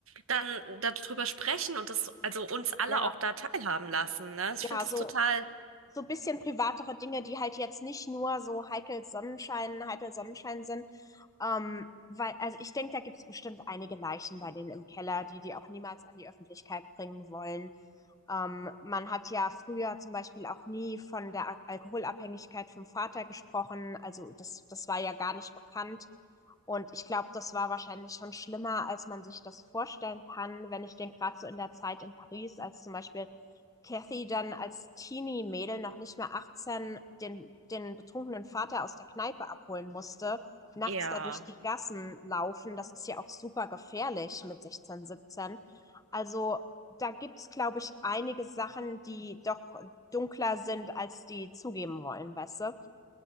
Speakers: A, on the right; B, on the left.
A: dann darüber sprechen und das, also uns alle
B: Ja,
A: auch da teilhaben lassen, ne? Ich
B: ja,
A: finde
B: so.
A: das total,
B: so ein bisschen privatere Dinge, die halt jetzt nicht nur so heikel Sonnenschein, heikel Sonnenschein sind. Ähm, weil, also ich denke, da gibt's bestimmt einige Leichen bei denen im Keller, die die auch niemals an die Öffentlichkeit bringen wollen. Ähm, man hat ja früher zum Beispiel auch nie von der Al- Alkoholabhängigkeit vom Vater gesprochen. Also das, das war ja gar nicht bekannt. Und ich glaube, das war wahrscheinlich schon schlimmer, als man sich das vorstellen kann, wenn ich denke, gerade so in der Zeit in Paris, als zum Beispiel Cathy dann als Teenie-Mädel noch nicht mehr 18 den, den betrunkenen Vater aus der Kneipe abholen musste, nachts
A: ja.
B: da durch die Gassen laufen, das ist ja auch super gefährlich mit 16, 17. Also da gibt's, glaube ich, einige Sachen, die doch dunkler sind, als die zugeben wollen, weißt du?